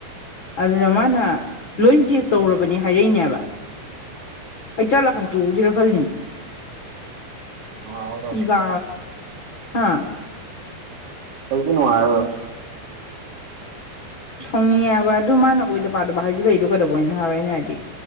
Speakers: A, on the left; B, on the right.
A: ꯑꯗꯨꯗ ꯃꯥꯅ ꯂꯣꯏ ꯆꯦꯛ ꯇꯧꯔꯕꯅꯦ ꯍꯥꯏꯔꯛꯏꯅꯦꯕ ꯑꯩ ꯆꯠꯂ ꯍꯟꯇꯣꯛꯎꯁꯤꯔ ꯈꯜꯂꯤꯅꯦ
B: ꯅꯨꯡꯉꯥꯏꯔꯗꯕꯅꯤ
A: ꯏꯀꯥ ꯍꯥꯥ
B: ꯑꯗꯨꯗꯤ ꯅꯨꯡꯉꯥꯏ
A: ꯁꯥꯎꯅꯤꯡ ꯍꯥꯏꯕ ꯑꯗꯨ ꯃꯥꯅ ꯑꯣꯏꯗ ꯄꯥꯗꯕ ꯍꯥꯏꯁꯤ ꯂꯩꯗꯣ ꯀꯩꯗꯧꯕ ꯑꯣꯏꯅ ꯍꯥꯏꯕ ꯑꯩꯅ ꯍꯥꯏꯗꯤ